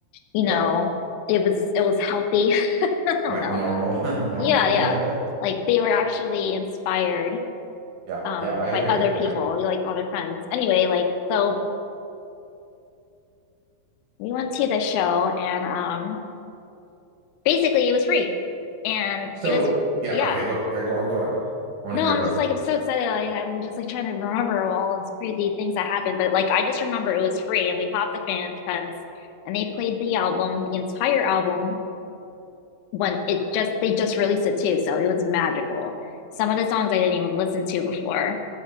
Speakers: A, on the left (about 85°); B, on the right (about 65°).
A: you
B: yeah.
A: know. It was it was healthy. <laughs> I don't
B: Like
A: know.
B: normal, <laughs> normal.
A: Yeah, yeah.
B: Yeah,
A: Like they were actually inspired
B: yeah,
A: um
B: yeah. I
A: by
B: hear you.
A: other people,
B: Yeah.
A: like other friends. Anyway, like so We went to the show and um basically it was free. And
B: So,
A: it was
B: yeah.
A: yeah.
B: Okay. Go. Yeah. Go on. Go on. I want
A: No,
B: to hear
A: I'm
B: about
A: just
B: it.
A: like I'm so excited. Like I'm just like trying to remember all of those crazy things that happened. But like I just remember it was free and we popped the fan fence and they played the album, the entire album when it just they just released it too. So it was magical. Some of the songs I didn't even listen to before,